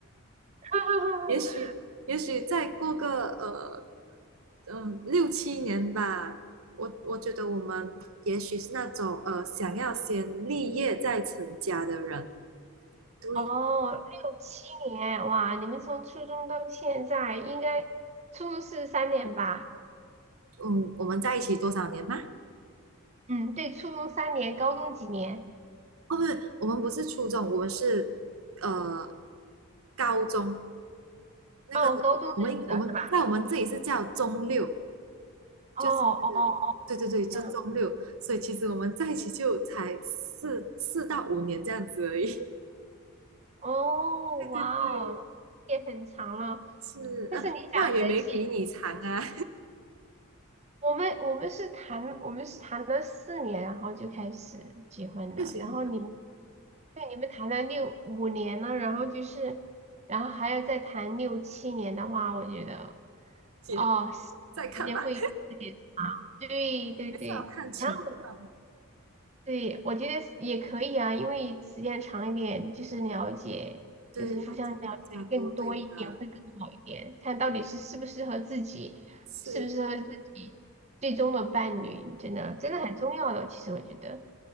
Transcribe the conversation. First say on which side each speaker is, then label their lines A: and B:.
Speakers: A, on the right (about 30°); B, on the right (about 75°).
A: <laughs>
B: <laughs> 也许也许再过个呃嗯六七年吧，我我觉得我们也许是那种呃想要先立业再成家的人。对，
A: 哦，六七年，哇，你们从初中到现在，应该初中是三年吧？
B: 嗯，我们在一起多少年吗？
A: 嗯，对，初中三年，高中几年？
B: 哦，不是，我们不是初中，我们是呃高中那个我们我们在我们这里是叫中六，
A: 哦，高中认识的是吧？哦哦哦，
B: 就是对对对，就周六，
A: 这样，
B: 所以其实我们在一起就才四四到五年这样子而已。
A: 哦，
B: <laughs>
A: 哇哦，
B: 对，
A: 也很长了。
B: 是，
A: 但是你想在一起，
B: 呃，那也没比你长啊，
A: 我们我们是谈我们是谈了四年，然后就开始结婚的，
B: <laughs> 就觉得
A: 然后你们对你们谈了六五年了，然后就是，然后还要再谈六七年的话，我觉得。
B: 姐
A: 哦，时时间会有点，
B: 再看吧，
A: 对对对，
B: 还是要看情况，
A: 然后对，我觉得是也可以啊，因为时间长一点，就是了解，
B: 对，
A: 就是互相了解更多一点会更好一点，
B: 更加多，对吧？
A: 看到底是适不适合自己，
B: 是，
A: 适不适合自己最终的伴侣，真的真的很重要的。其实我觉得